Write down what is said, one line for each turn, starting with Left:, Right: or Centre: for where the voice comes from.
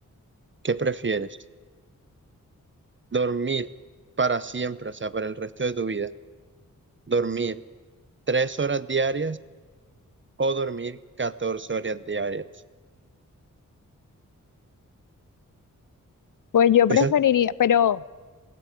Right: ¿Qué prefieres? ¿Dormir para siempre, o sea, para el resto de tu vida? ¿Dormir tres horas diarias o dormir 14 horas diarias?
Left: Pues yo preferiría,
Right: Esa-
Left: pero,